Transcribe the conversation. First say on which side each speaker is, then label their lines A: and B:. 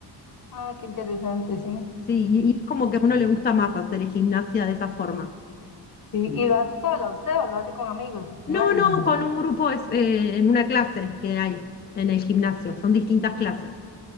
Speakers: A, on the left; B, on the left.
A: Ah, qué interesante, sí.
B: Sí, y, y es como que a uno le gusta más hacer gimnasia de esa forma.
A: Sí, ¿Y lo hace sola usted o lo hace con amigos o con
B: No,
A: alguien?
B: no, con un grupo es, eh, en una clase que hay en el gimnasio, son distintas clases.